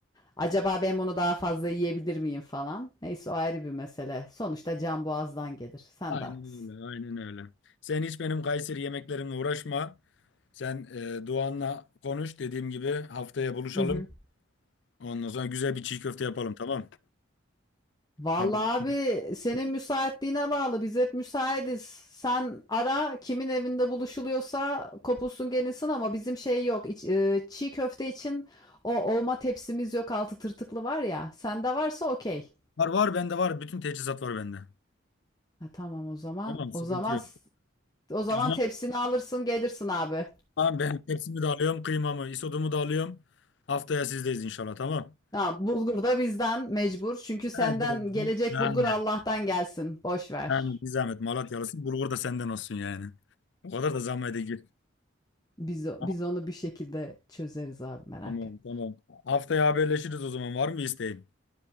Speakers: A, on the left (about 20°); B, on the left (about 60°).
A: acaba ben bunu daha fazla yiyebilir miyim falan. Neyse o ayrı bir mesele. Sonuçta can boğazdan gelir. Sen
B: Aynen
A: de haklısın.
B: öyle, aynen öyle. Sen hiç benim Kayseri yemeklerimle uğraşma. Sen e, Doğan'la konuş. Dediğim gibi haftaya buluşalım.
A: Hı hı.
B: Ondan sonra güzel bir çiğ köfte yapalım tamam.
A: Vallahi
B: Haberin-
A: abi senin müsaitliğine bağlı. Biz hep müsaitiz. Sen ara kimin evinde buluşuluyorsa kopulsun gelinsin ama bizim şey yok. İç- e, çiğ köfte için o olma tepsimiz yok altı tırtıklı var ya. Sende varsa okey.
B: Var var bende var. Bütün teçhizat var bende.
A: Ha, tamam o zaman.
B: Tamam sıkıntı
A: O zaman
B: yok.
A: o zaman
B: O zaman
A: tepsini alırsın gelirsin abi.
B: Tamam ben tepsimi de alıyorum, kıymamı, isodumu da alıyorum. Haftaya sizdeyiz inşallah tamam.
A: Ha, bulgur da bizden mecbur. Çünkü senden
B: Evet, bu-
A: gelecek
B: bu- yani.
A: bulgur Allah'tan gelsin. Boş ver.
B: Yani bir zahmet Malatyalısın. Bulgur da senden olsun yani. O kadar da zahmet değil.
A: Biz,
B: Tamam
A: biz onu bir şekilde çözeriz abi merak
B: tamam.
A: etme.
B: tamam. Haftaya haberleşiriz o zaman. Var mı isteğin?